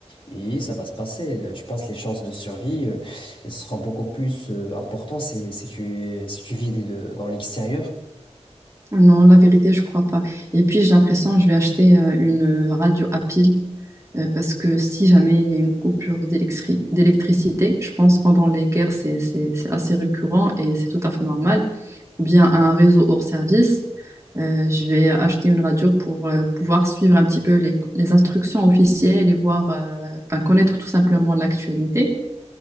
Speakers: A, on the left; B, on the right.
A: et ça va se passer. Le- Je pense que les chances de survie, euh, elles seront beaucoup plus euh, importantes si, si tu, si tu vis de- dans l'extérieur.
B: Non, la vérité, je crois pas. Et puis, j'ai l'impression que je vais acheter euh, une euh, radio à pile euh, parce que si jamais il y a une coupure d'électri- d'électricité, je pense pendant les guerres, c'est, c'est, c'est assez récurrent et c'est tout à fait normal. Ou bien un réseau hors service, euh, je vais acheter une radio pour euh, pouvoir suivre un petit peu les, les instructions officielles et voir, euh, enfin, connaître tout simplement l'actualité.